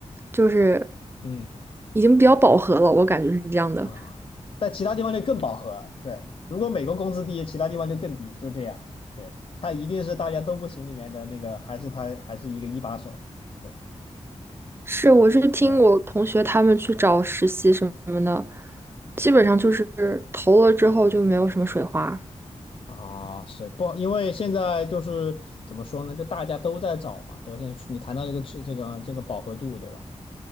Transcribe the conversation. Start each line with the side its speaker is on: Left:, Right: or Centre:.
Right: 就是
Left: 嗯
Right: 已经比较饱和了，我感觉是这样的。
Left: 啊，但其他地方就更饱和。对，如果美国工资低，其他地方就更低，就这样。对，他一定是大家都不行里面的那个，还是他还是一个一把手。对。
Right: 是，我是听我同学他们去找实习什么的，
Left: 对。
Right: 基本上就是投了之后就没有什么水花。
Left: 啊，是不？因为现在就是怎么说呢？就大家都在找嘛，对吧？现在你谈到这个质，这个这个饱和度，对吧？